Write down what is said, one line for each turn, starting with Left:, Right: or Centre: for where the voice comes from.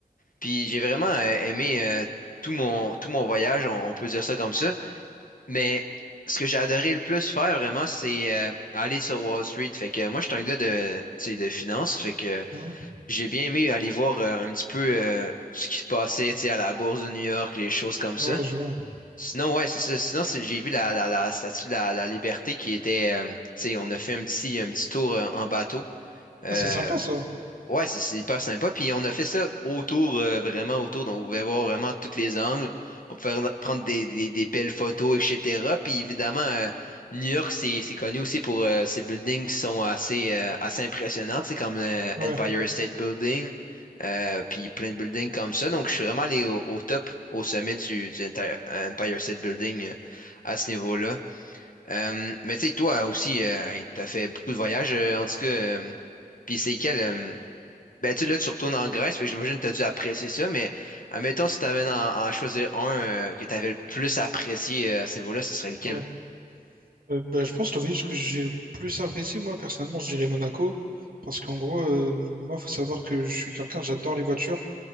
Left: Puis j'ai vraiment euh, aimé euh, tout mon, tout mon voyage, on, on peut dire ça comme ça. Mais ce que j'ai adoré le plus faire, vraiment, c'est euh, aller sur Wall Street. Fait que moi, je suis un gars de, tu sais, de finance. Fait que
Right: Mhm.
Left: j'ai bien aimé aller voir euh, un petit peu euh, ce qui se passait, tu sais, à la Bourse de New York, les choses comme ça.
Right: Ouais, je vois.
Left: Sinon, ouais, c'est ça. Sinon, c'est- j'ai vu la, la, la statue de la, la liberté qui était, euh, tu sais, on a fait un petit, un petit tour euh, en bateau. Euh,
Right: Ah, c'est sympa ça.
Left: Ouais, c'est c'est hyper sympa. Puis on a fait ça autour, euh, vraiment autour. Donc, on pouvait voir vraiment tous les angles. On pouvait re- prendre des, des, des belles photos, etc. Puis évidemment, euh, New York, c'est c'est connu aussi pour euh, ses buildings qui sont assez, euh, assez impressionnants, tu sais, comme le
Right: Ouais,
Left: Empire State Building, euh, puis plein de buildings comme ça. Donc, je suis vraiment allé au, au top, au sommet du, du Inter- Empire State Building euh, à ce niveau-là. Euh, mais tu sais, toi aussi, tu as fait beaucoup de voyages, euh, en tout cas. euh, puis c'est quel. euh, ben, tu sais, là, tu retournes en Grèce, fait que j'imagine que tu as dû apprécier ça, mais admettons, si tu avais à choisir un euh, que tu avais le plus apprécié euh, à ce niveau-là, ce serait lequel?
Right: ouais. Euh, bah, je pense que le voyage que j'ai le plus apprécié, moi, personnellement, je dirais Monaco. Parce qu'en gros, euh, moi, faut savoir que je suis quelqu'un, j'adore les voitures,